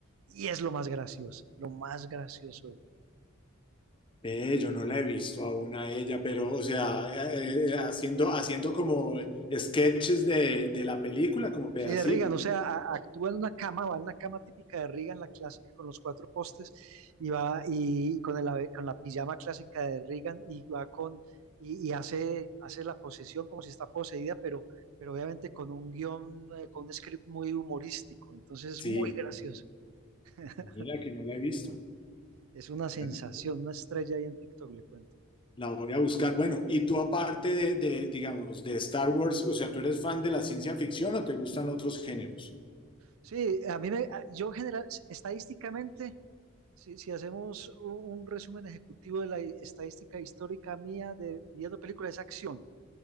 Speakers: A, on the right; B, on the left.
A: y es lo más gracioso, lo más gracioso.
B: Ve, yo no la he visto aún a ella, pero, o sea, eh, eh, haciendo, haciendo como sketches de, de la película, como pedacitos.
A: Sí, de Reagan, o sea, a- actúa en una cama, va en la cama típica de Reagan, la clásica con los cuatro postes, y va y con el ave- con la pijama clásica de Reagan, y va con, y, y hace, hace la posesión como si está poseída, pero, pero obviamente con un guión, eh, con un script muy humorístico, entonces es
B: Sí,
A: muy gracioso. <laughs>
B: mira que no la he visto.
A: Es una sensación,
B: Bueno,
A: una estrella ahí en TikTok, le cuento.
B: La voy a buscar. Bueno, y tú aparte de, de, digamos, de Star Wars, o sea, ¿tú eres fan de la ciencia ficción o te gustan otros géneros?
A: Sí, a mí me, a- yo general, estadísticamente, si, si hacemos un, un resumen ejecutivo de la hi- estadística histórica mía de viendo películas, es acción